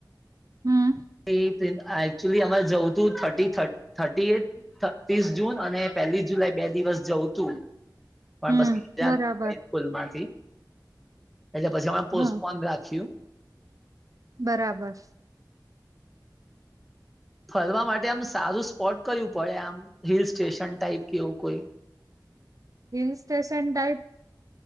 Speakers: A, on the right (about 50°); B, in the centre.
A: હમ
B: એ દિન એકચુલી અમારે જવું તું થટી થર્ટી એ ત્રીસ જૂન અને પહેલી જુલાઈ બે દિવસ જવું તુ પણ
A: હમ
B: બસ
A: બરાબર
B: ફૂલમાંથી <inaudible> એટલે પછી અમે પોસ્ટપોન
A: હા
B: રાખ્યું
A: બરાબર
B: ફરવા માટે આમ સારું સ્પોટ કયું પડે આમ હિલ સ્ટેશન ટાઈપ કેવું કોઈ <inaudible>
A: હિલ સ્ટેશન ટાઈપ